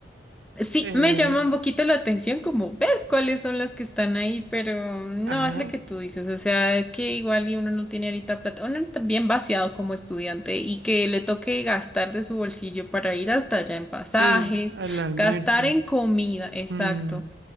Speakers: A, in the centre; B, on the right (about 70°).
A: Sí,
B: Eh,
A: me llama un poquito la atención como ver cuáles son las que están ahí, pero no
B: ajá.
A: es lo que tú dices, o sea, es que igual y uno no tiene ahorita plata, uno también vaciado como estudiante y que le toque gastar de su bolsillo para ir hasta allá en pasajes,
B: Sí, al almuerzo.
A: gastar en comida, exacto.
B: Mm,